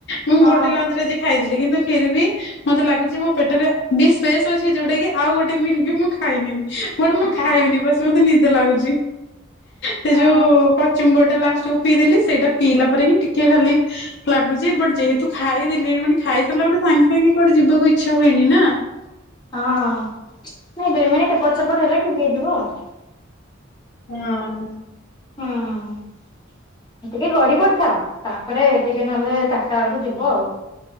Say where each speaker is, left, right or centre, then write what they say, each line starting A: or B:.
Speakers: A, on the left; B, on the left.
A: ମୁଁ
B: ହଁ
A: ଗୋଟେ ଲଞ୍ଚରେ ଆଜି ଖାଇଥିଲି କିନ୍ତୁ ଫିରବି ମତେ ଲାଗୁଛି ମୋ ପେଟରେ ବି ସ୍ପେସ୍ ଅଛି ଯୋଉଟା କି ଆଉ ଗୋଟେ ମିଲ୍ ବି ମୁଁ ଖାଇନେବି। ବଟ ମୁଁ
B: ହଁ
A: ଖାଇବିନି ବାସ ମତେ ନିଦ ଲାଗୁଛି। ସେ
B: ହଁ
A: ଯୋଉ କଚ୍ୟୁମ୍ବରଟା ଲାଷ୍ଟକୁୁ ପିଇଦେଲି, ସେଇଟା ପିଇଲା ପରେ ହିଁ ଟିକେ ଖାଲି ଲାଗୁଛି ବଟ ଯେହେତୁ ଖାଇଦେଲି, ମାନେ ଖାଇ ସାରିଲା ପରେ ସାଙ୍ଗେ ସାଙ୍ଗେ କୁଆଡେ ଯିବାକୁ ଇଚ୍ଛା ହୁଏନି ନା।
B: ହଁ- ହଁ ନାଇଁ ଦୁଇ ମିନିଟ ଏପଟ ସେପଟ ହେଲେ ଠିକ୍ ହେଇଯିବ ଆଉ।
A: ହଁ।
B: ହଁ। ଟିକେ ଗଡି ପଡିଥାଅ, ତାପରେ ଟିକେ ନହେଲେ ଚାରିଟା ବେଳକୁ ଯିବ ଆଉ।